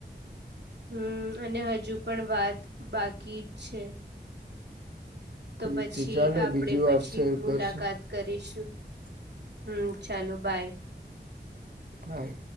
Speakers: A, on the right; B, on the right.
A: હમ અને હજુ પણ વાત બાકી જ છે. તો
B: ઠીક
A: પછી
B: છે ચાલો
A: આપડે
B: બીજી
A: પછી
B: વાર શેર
A: મુલાકાત
B: કરશું
A: કરીશું હમ ચાલો બાય.
B: બાય.